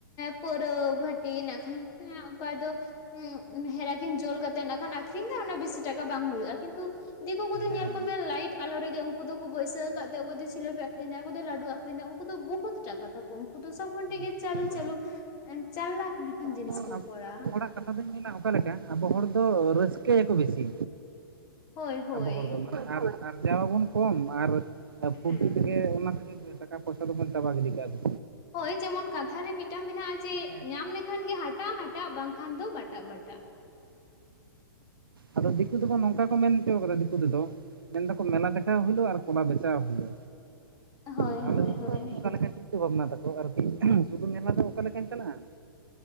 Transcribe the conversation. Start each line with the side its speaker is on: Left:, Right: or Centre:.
Left: ᱯᱟᱹᱣᱨᱟᱹ ᱵᱷᱟᱹᱴᱤ ᱱᱟᱜ ᱠᱷᱟᱱ ᱚᱠᱚᱭ ᱫᱚ ᱦᱩᱸ ᱦᱮᱨᱟᱠᱤᱱ ᱡᱳᱞ ᱠᱟᱛᱮᱜ ᱱᱟᱜ ᱠᱷᱟᱱ ᱟᱠᱷᱨᱤᱧ ᱫᱟ, ᱵᱤᱥᱤ ᱴᱟᱠᱟ ᱵᱟᱝ ᱦᱳᱭᱳᱜᱼᱟ ᱠᱤᱱᱛᱩ ᱫᱤᱠᱩ ᱠᱚᱫᱚ
Right: ᱦᱮᱸ
Left: ᱧᱮᱞ ᱠᱚᱢᱮ ᱞᱟᱹᱭᱤᱴ ᱟᱞᱚ ᱨᱮᱜᱮ ᱩᱱᱠᱩ ᱫᱚᱠᱚ ᱵᱟᱹᱭᱥᱟᱹᱣ ᱠᱟᱫ ᱛᱮ ᱚᱠᱚᱭ ᱫᱚ ᱡᱷᱤᱞᱟᱹᱯᱤ ᱟᱹᱠᱷᱨᱤᱧ ᱫᱟ ᱚᱠᱚᱭ ᱫᱚ ᱞᱟᱹᱰᱩ ᱟᱹᱠᱷᱨᱤᱧ ᱫᱟ ᱩᱱᱠᱩ ᱫᱚ ᱵᱩᱦᱩᱛ ᱴᱟᱠᱟ ᱛᱟᱠᱚ, ᱩᱱᱠᱩ ᱫᱚ ᱥᱚᱵᱽ ᱠᱷᱚᱱ ᱛᱮᱜᱮ
Right: ᱵᱚᱦᱩᱛ
Left: ᱪᱟᱹᱞᱩ
Right: ᱴᱟᱠᱟ᱾
Left: ᱪᱟᱹᱞᱩ <unintelligible>
Right: ᱟᱫᱚ
Left: ᱡᱤᱱᱤᱥ ᱠᱚ
Right: ᱟᱵᱚ
Left: ᱠᱚᱨᱟ
Right: ᱟᱵᱚ ᱦᱚᱲᱟᱜ ᱠᱟᱛᱷᱟ ᱫᱩᱧ ᱢᱮᱱᱟ ᱚᱠᱟ ᱞᱮᱠᱟ ᱟᱵᱚ ᱦᱚᱲ ᱫᱚ ᱨᱟᱹᱥᱠᱟᱹᱭ ᱟᱠᱚ ᱵᱮᱥᱤ
Left: ᱦᱳᱭ ᱦᱳᱭ
Right: ᱟᱵᱚ ᱦᱚᱲ ᱫᱚ ᱢᱟᱱᱮ ᱟᱨ ᱟᱨᱡᱟᱣ ᱟᱵᱚᱱ ᱠᱚᱢ ᱟᱨ <unintelligible>
Left: ᱦᱮᱸ
Right: ᱛᱮᱜᱮ ᱚᱱᱟ ᱛᱮᱜᱮ ᱴᱟᱠᱟ ᱯᱚᱭᱥᱟ ᱫᱚᱵᱚᱱ ᱪᱟᱵᱟ ᱜᱤᱰᱤ ᱠᱟᱜᱼᱟ ᱫᱚᱼᱼ
Left: ᱦᱳᱭ ᱡᱮᱢᱚᱱ ᱠᱟᱛᱷᱟ ᱨᱮ ᱢᱤᱫᱴᱟᱝ ᱢᱮᱱᱟᱜᱼᱟ ᱪᱮᱜ
Right: ᱦᱮᱸ
Left: ᱧᱟᱢ ᱞᱮᱠᱷᱟᱱ ᱜᱮ ᱦᱟᱴᱟᱜ ᱦᱟᱴᱟᱜ ᱵᱟᱝ ᱠᱷᱟᱱ ᱫᱚ ᱵᱟᱴᱟᱜ ᱵᱟᱴᱟᱜ
Right: ᱟᱫᱚ ᱫᱤᱠᱩ ᱫᱚᱠᱚ ᱱᱚᱝᱠᱟ ᱠᱚ ᱢᱮᱱ ᱦᱚᱪᱚ ᱠᱟᱫᱟ ᱫᱤᱠᱩ ᱛᱮ ᱫᱚᱼᱼ ᱢᱮᱱ ᱫᱟᱠᱚ ᱢᱮᱞᱟ ᱫᱮᱠᱷᱟᱣ ᱦᱩᱭᱞᱳ ᱟᱨ ᱠᱚᱞᱟ ᱵᱮᱪᱷᱟᱣ ᱦᱩᱭᱞᱳ
Left: ᱦᱳᱭ
Right: ᱛᱟᱦᱚᱞᱮ
Left: ᱦᱳᱭ
Right: ᱩᱱᱠᱩ
Left: ᱦᱳᱭ
Right: ᱚᱱᱠᱟ ᱞᱮᱠᱟ <unintelligible> ᱪᱤᱱᱛᱟᱹ ᱵᱷᱟᱵᱽᱱᱟ ᱛᱟᱠᱚ ᱟᱨᱠᱤ ᱥᱩᱫᱷᱩ ᱢᱮᱞᱟ ᱫᱚ ᱚᱠᱟ ᱞᱮᱠᱟᱹᱧ ᱪᱟᱞᱟᱜᱼᱟ